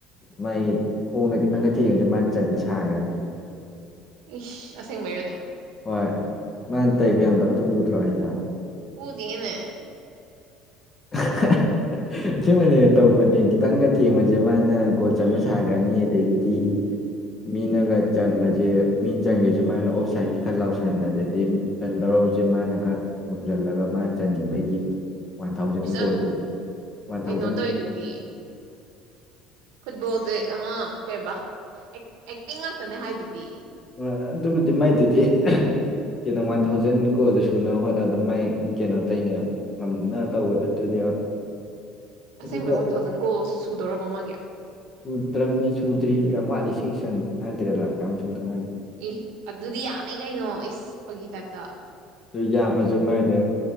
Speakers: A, on the left (about 20°); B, on the right (about 75°).
A: ꯃꯥꯏ ꯈꯣꯡꯗ ꯈꯤꯇꯪꯒ ꯊꯦꯡꯕꯁꯦ ꯃꯥꯟ ꯆꯟꯕ ꯁꯥꯒ꯭ꯔꯅꯤ
B: ꯏꯁ ꯑꯁꯦꯡꯕꯩꯔꯅꯦ
A: ꯍꯣꯏ ꯃꯥꯟ ꯇꯩ ꯃꯌꯥꯝꯗꯣ ꯑꯝꯇ ꯎꯗ꯭ꯔꯣ ꯍꯥꯏꯁꯦ
B: ꯎꯗꯤꯌꯦꯅꯦ
A: <unintelligible> ꯑꯁꯦꯡꯕꯩꯅꯦ ꯇꯧꯕꯅꯦ ꯈꯤꯇꯪꯒ ꯊꯦꯡꯕꯁꯦ ꯃꯥꯅ ꯒꯣꯜ ꯆꯟꯕ ꯁꯥꯒ꯭ꯔꯅꯤ ꯑꯗꯩꯗꯤ ꯃꯤꯅꯒ ꯆꯟꯕꯖꯦ ꯃꯤꯟꯆꯟꯒꯤꯕꯖꯦ ꯃꯥꯅ ꯑꯣꯞꯁꯥꯏꯟꯅꯤ ꯈꯔ ꯂꯥꯎꯁꯟ ꯑꯗꯗꯤ ꯆꯟꯗꯧꯔꯕꯁꯦ ꯃꯥꯅ ꯈꯔ ꯊꯣꯝꯖꯜꯂꯒ ꯃꯥꯅ ꯆꯟꯅꯤꯡꯕꯒꯤ ꯋꯥꯟ ꯊꯥꯎꯖꯟ
B: ꯏꯁ
A: ꯒꯣꯜꯒꯤ
B: ꯑꯗꯨ
A: ꯋꯥꯟ
B: ꯀꯩꯅꯣ
A: ꯊꯥꯎꯖꯟ
B: ꯇꯧꯋꯤꯗꯨꯗꯤ
A: ꯒꯣꯜ
B: ꯐꯨꯠꯕꯣꯜꯖꯦ ꯑꯃ ꯀꯩꯕ ꯑꯦꯛ ꯑꯦꯛꯇꯤꯡ ꯉꯥꯛꯇꯅꯦ ꯍꯥꯏꯗꯨꯗꯤ
A: ꯑꯦ ꯑꯗꯨꯕꯨꯗꯤ ꯃꯥꯏꯗꯨꯗꯤ ꯀꯩꯅꯣ ꯋꯥꯟ ꯊꯥꯎꯖꯟ ꯒꯣꯜꯗꯣ ꯁꯨꯅꯕ ꯍꯣꯠꯅꯕꯗ ꯃꯥꯏ ꯀꯩꯅꯣ ꯇꯩꯅꯦ ꯉꯝꯅ ꯇꯧꯕꯗ ꯑꯗꯨꯅꯦꯕ
B: ꯑꯁꯦꯡꯕꯩ
A: ꯑꯗꯨꯗ
B: ꯋꯥꯟ ꯊꯥꯎꯖꯟ ꯒꯣꯜ ꯁꯨꯗꯧꯔꯕꯣ ꯃꯥꯒꯤ
A: ꯁꯨꯗ꯭ꯔꯝꯅꯤ ꯁꯨꯗ꯭ꯔꯤ ꯌꯥꯝ ꯋꯥꯠꯂꯤ ꯁꯤꯛꯍꯟ ꯐꯥꯏꯞ ꯍꯟꯗ꯭ꯔꯦꯠꯂꯥ ꯀꯌꯥꯅꯣꯝ ꯁꯨꯗ ꯉꯥꯏ
B: ꯏ ꯑꯗꯨꯗꯤ ꯌꯥꯝꯃꯦ ꯀꯩꯅꯣ ꯏꯁ ꯐꯒꯤ ꯇꯥꯏꯞꯇ
A: ꯌꯥꯝꯃꯖꯨ ꯃꯥꯏꯗ